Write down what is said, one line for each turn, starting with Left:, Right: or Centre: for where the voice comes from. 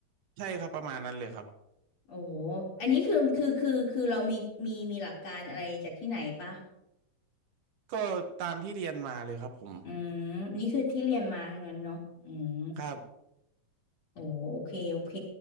Right: ใช่ครับประมาณนั้นเลยครับ
Left: โอ้โหอันนี้คือคือคือคือเรามีมีมีหลักการอะไรจากที่ไหนปะ
Right: ก็ตามที่เรียนมาเลยครับผม
Left: อืมนี่คือที่เรียนมาทั้งนั้นเนาะอืม
Right: ครับ
Left: โอ้โอเค โอเค